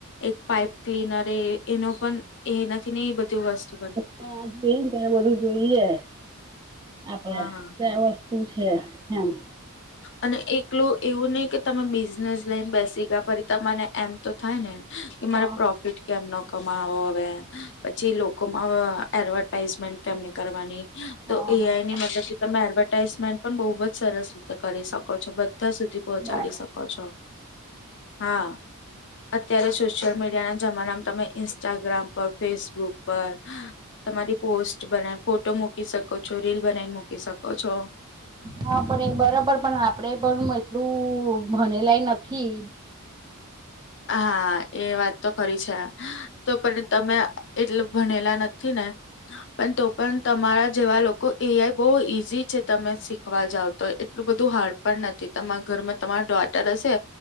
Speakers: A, on the left; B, on the right.
A: એક પાઈપ ક્લીનર એ એનો પણ એનાથી ન બધું વસ્તુ બન
B: હ બેને ત બધું જોઈએ આપડે
A: હા
B: ત્યાં વતુ તું છે એમ.
A: અને એકલું એવું નહ કે તમાર બિઝનેસ લઈને બેસી ગયા ફરી તમાને એમ તો થાય ને. કે
B: હા
A: મારે પ્રોફિટ કેમનો કમાવો હવે પછી લોકોમાં એડવર્ટાઈઝમેન્ટ એને કરવાની
B: હા
A: તો એઆઈ
B: હા
A: ની મતલબ એડવર્ટાાઈઝમેન્ટ પણ બહુ જ સરસ ર હત કરી શકો છો બધા સુધી પહોંચાડી
B: બરાબર
A: શકો છો હા. અત્યારે સોશિયલ મીડિયા ના જમાનામાં તમે ઇન્સ્ટાગ્રામ પર ફેસબુક પર તમારી પોસ્ટ બનાવી ફોટો મૂકી શકો છો રીલ બનાવીને મૂકી શકો છો.
B: હા પણ એ બરાબર પણ આપડે પણ એટલું ભનેલાય નથી.
A: હા એ વાત તો ખરી છે તો પણ તમે એટલે ભણેલા નથી ને પણ તો પણ તમારા જેવા લો એ આઈ બહુ ઈઝી છે તમે શીખવા જાવ તો એટલું બધું હાર્ડ પણ નથી તમારા ઘરમાં તમારો ડોટર હશે